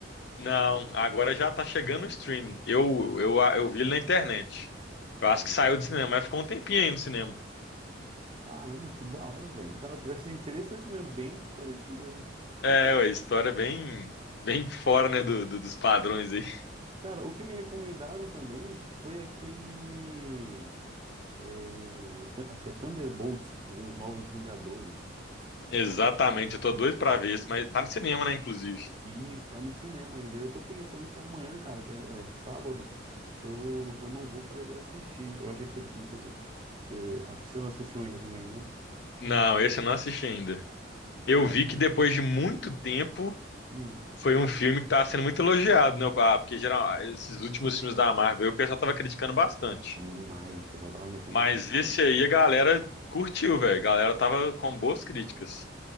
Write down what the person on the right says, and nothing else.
Ah,
caramba, que da hora, velho. Cara, parece ser interessante mesmo, bem diferente mesmo.
Cara, o que me recomendaram também foi aquele. eh, Thu- acho que é Thunderbolts, que seria Os Novos Vingadores.
E está no cinema ainda. Eu tô pensando se amanhã, cara, que é, é sábado, se eu, se eu não vou para ir assistir. Eu achei que você. Não sei se, se- acho que você não assistiu ainda também, né?
Caramba.
Hum,
demais. O pessoal tava metendo
a
roda.